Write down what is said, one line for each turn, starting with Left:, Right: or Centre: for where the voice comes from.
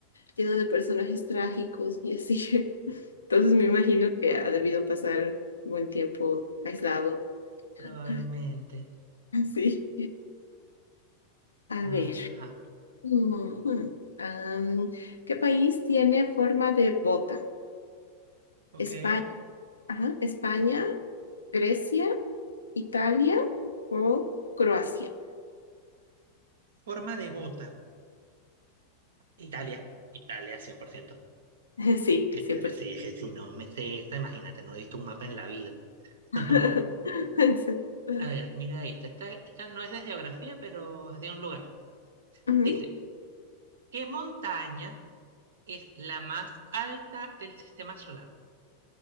Left: lleno de personajes trágicos y así. <laughs> Entonces me imagino que ha debido pasar buen tiempo aislado. <laughs>
Right: Probablemente.
Left: Sí. A
Right: Ajá.
Left: ver. Ujú. Am, ¿qué país tiene forma de bota?
Right: Ok.
Left: España, ajá España, Grecia, Italia o Croacia.
Right: Forma de bota. Italia. Italia, 100%,
Left: <laughs> Sí,
Right: Italia,
Left: 100%.
Right: sí, dije, si no me sé esta, imagínate, no he visto un mapa en la vida. <laughs>
Left: <laughs>
Right: A ver, mira esta. Esta, esta no es de geografía, pero es de un lugar.
Left: Ujú.
Right: Dice, ¿qué montaña es la más alta del sistema solar?